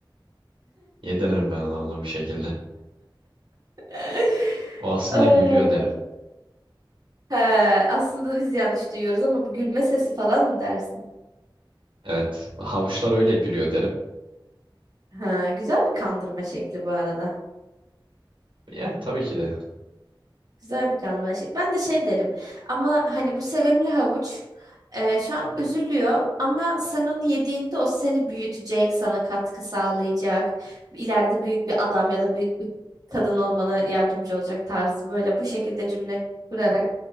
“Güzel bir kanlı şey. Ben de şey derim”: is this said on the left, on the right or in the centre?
Right